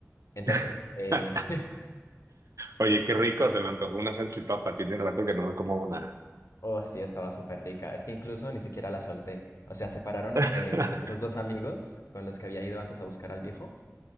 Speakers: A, on the left (about 70°); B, on the right (about 75°).
A: Entonces,
B: <laughs>
A: eh,
B: Oye, qué rico, se me antojó una salchipapa. Tiene rato que no me como una.
A: <laughs> oh, sí, estaba súper rica. Es que incluso ni siquiera la solté. O sea, separaron
B: <laughs>
A: los otros dos amigos con los que había ido antes a buscar al viejo.